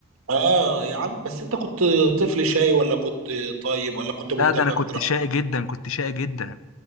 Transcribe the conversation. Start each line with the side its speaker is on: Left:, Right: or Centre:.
Right: اه يا عم بس انت كنت طفل شاي ولا كنت طيب ولا كنت مهتم
Left: لا ده أنا كنت
Right: بدراستك
Left: شقي جدا كنت شقي جدا